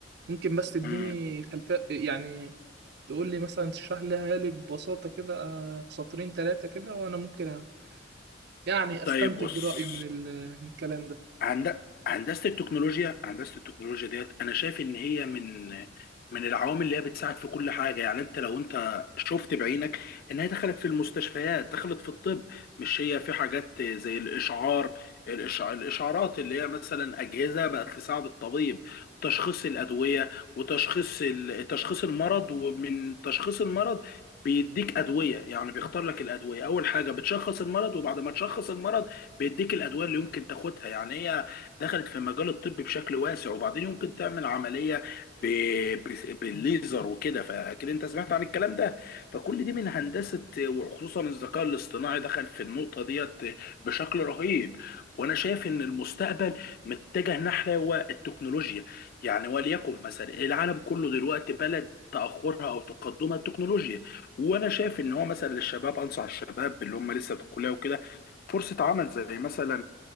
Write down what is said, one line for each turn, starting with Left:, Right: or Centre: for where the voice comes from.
Right: ممكن بس تديني
Left: مم.
Right: خلفية يعني تقول لي مثلا تشرح لها لي ببساطة كده آه، سطرين ثلاثة كده وأنا ممكن يعني استنتج
Left: طيب بص
Right: رأيي من ال- من الكلام ده
Left: هند... هندسه التكنولوجيا هندسه التكنولوجيا ديت انا شايف ان هي من من العوامل اللي هي بتساعد في كل حاجه يعني انت لو انت شفت بعينك ان هي دخلت في المستشفيات دخلت في الطب مش هي في حاجات زي الاشعار الإشع... الاشعارات اللي هي مثلا اجهزه بقت تساعد الطبيب تشخيص الادويه وتشخيص ال... تشخيص المرض ومن تشخيص المرض بيديك ادويه يعني بيختار لك الادويه اول حاجه بتشخص المرض وبعد ما تشخص المرض بيديك الادويه اللي يمكن تاخدها يعني هي دخلت في مجال الطب بشكل واسع وبعدين يمكن تعمل عمليه ب... ب... بالليزر وكده فاكيد انت سمعت عن الكلام ده فكل دي من هندسه وخصوصا الذكاء الاصطناعي دخل في النقطه ديت بشكل رهيب وانا شايف ان المستقبل متجه نحو التكنولوجيا يعني وليكن مثلا العالم كله دلوقتي بلد تاخرها او تقدمها التكنولوجيا وانا شايف ان هو مثلا للشباب انصح الشباب اللي هم لسه في الكليه وكده فرصة عمل زي مثلا